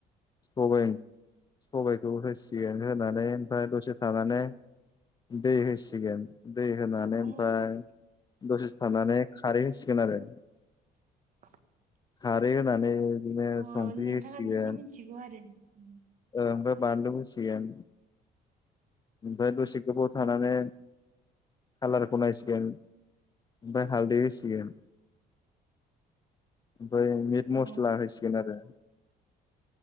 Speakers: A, on the left (about 25°); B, on the right (about 50°).
A: सबाय-सबबायखौ होसिगोन होनानै ओमफ्राय दसे थानानै दै हो सिगोन दै होनानै
B: औ
A: ओमफ्राय दसेसो थानानै खारै खोनादों
B: <inaudible>
A: खारै होनानै बिदिनो
B: अ
A: संख्रि
B: नोंथाङा
A: होसिगोन
B: बिदि मिथिगौ आरो नों
A: ओमफ्राय बानलु होसिगोन ओमफ्राय दसे गोबाव थानानै खालारखौ नायसिगोन ओमफ्राय हालदै होसिगोन ओमफ्राय मिट
B: अ
A: मस्ला होसिगोन आरो